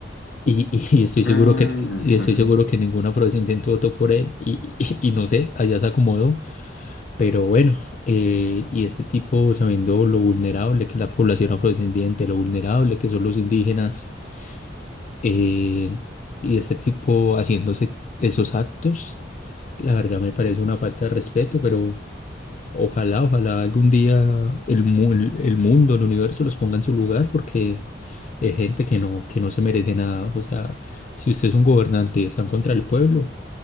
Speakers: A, on the left; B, on the left.
A: Y, y- y estoy
B: Mm,
A: seguro que, y estoy
B: <laughs> ujú.
A: seguro que ningún afrodescendiente votó por él. Y, y- y no sé, allá se acomodó. Pero bueno, eh, y este tipo sabiendo lo vulnerable que es la población afrodescendiente, lo vulnerable que son los indígenas, eh, y este tipo haciéndose esos actos. La verdad me parece una falta de respeto, pero ojalá, ojalá algún día el, mu- el el mundo, el universo los ponga en su lugar porque es gente que no, que no se merece nada. O sea, si usted es un gobernante y está en contra del pueblo,